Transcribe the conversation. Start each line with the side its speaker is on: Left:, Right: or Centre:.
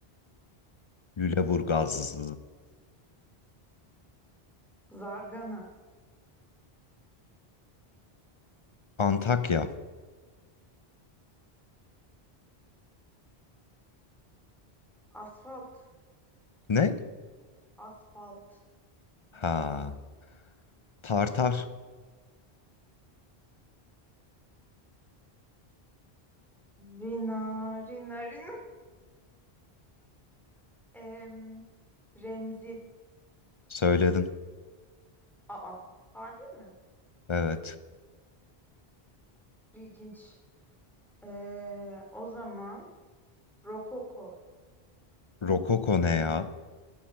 Left: Lüleburgaz.
Centre: Zargana.
Left: Antakya.
Centre: Asfalt.
Left: Ne?
Centre: Asfalt.
Left: Ha. Tartar.
Centre: Rina, Rina, Rina. Em, Remzi.
Left: Söyledin.
Centre: Aa, harbi mi?
Left: Evet.
Centre: İlginç. Ee, o zaman Rokoko.
Left: Rokoko ne ya?